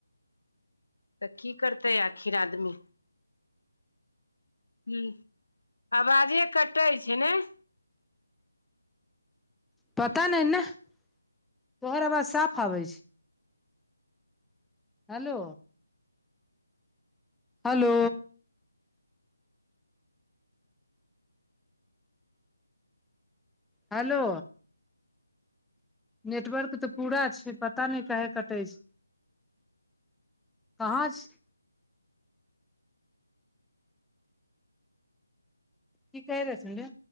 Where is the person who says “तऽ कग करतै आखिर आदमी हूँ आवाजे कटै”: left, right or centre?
Left